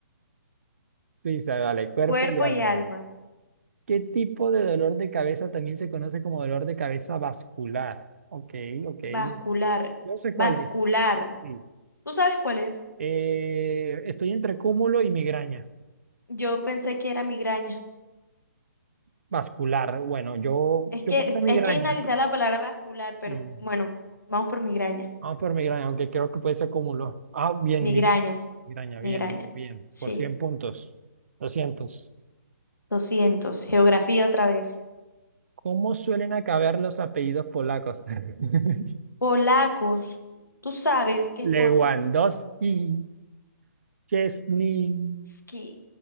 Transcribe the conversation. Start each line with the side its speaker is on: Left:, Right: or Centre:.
Right: Suiza, dale, cuerpo
Left: Cuerpo
Right: y alma.
Left: y alma.
Right: ¿Qué tipo de dolor de cabeza también se conoce como dolor de cabeza vascular? Ok, ok.
Left: Vascular,
Right: Yo sé cuál
Left: vascular.
Right: es. sí.
Left: ¿Tú sabes cuál es?
Right: Eh, estoy entre cúmulo y migraña.
Left: Yo pensé que era migraña.
Right: Vascular. Bueno, yo,
Left: Es
Right: yo
Left: que
Right: pondré
Left: es-
Right: migraña.
Left: hay que analizar la palabra vascular, pero
Right: Sí.
Left: bueno, vamos por migraña.
Right: Vamos por migraña, aunque creo que puede ser cúmulo. Ah, bien,
Left: Migraña,
Right: migraña. Migraña, bien,
Left: migraña.
Right: bien, bien. Por
Left: Sí,
Right: cien puntos. doscientos.
Left: Doscientos. Geografía otra vez.
Right: ¿Cómo suelen acabar los apellidos polacos? <laughs>
Left: Polacos. ¿Tú sabes qué
Right: Lewandowski,
Left: es por...
Right: Chesney.
Left: ski-